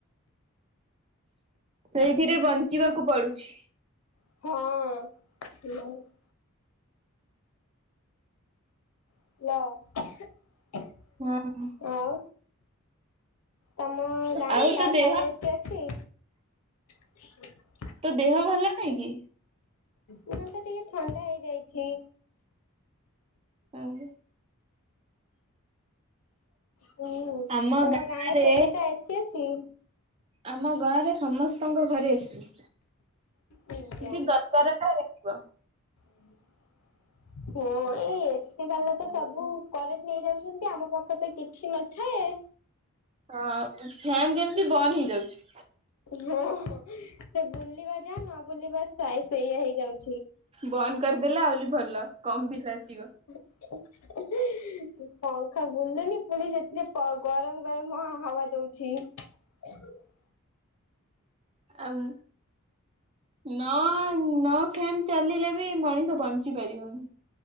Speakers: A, on the right; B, on the left.
A: ସେଇଥିରେ ବଞ୍ଚିବାକୁ ପଡୁଛି।
B: ହଁ। ହ୍ୟାଲୋ।
A: ହଁ।
B: ଆଉ। ତମ ଗାଁ
A: ଆଉ
B: ରେ, କା
A: ତୋ ଦେହ
B: କା ର ଏସି ଅଛି? <unintelligible>
A: ତୋ ଦେହ ଭଲ ନାଇଁ କି?
B: ମତେ ଟିକେ ଥଣ୍ଡା ହେଇଯାଇଛି।
A: ଓହ।
B: ହୁଁ,
A: ଆମ
B: ତମ
A: ଗାଁରେ
B: ଗାଁ କେତେଟା ଏସି ଅଛି?
A: ଆମ ଗାଁରେ ସମସ୍ତଙ୍କ ଘରେ ଏସି।
B: ଦିଟା।
A: <unintelligible> ବାରଟା ହେଇଯିବ।
B: <inaudible> ହଁ, ଏଇ ଏସି ବାଲା ତ ସବୁ କରେଣ୍ଟ ନେଇ ଯାଉଛନ୍ତି, ଆମ ପାଖରେ ତ କିଛି ନଥାଏ।
A: ହଁ ଫ୍ୟାନ ଯେମିତି ବନ ହେଇଯାଉଛି।
B: ହଁ ସେ ବୁଲିବା ଯା, ନ ବୁଲିବା ସେଇଆ ହେଇଯାଉଛି।
A: ବନ୍ଦ କରିଦେଲେ ଆହୁରି ଭଲ, କମ ବିଲ ଆସିବ।
B: <inaudible> ପଙ୍ଖା ବୁଲୁନି, ପୁଣି ସେଥିରେ ପ ଗରମ ଗରମ ହାୱା ଦଉଛି। <inaudible>
A: ଆମ୍ ନ, ନ ଫ୍ୟାନ ଚାଲିଲେ ବି, ମଣିଷ ବଞ୍ଚି ପାରିବନି।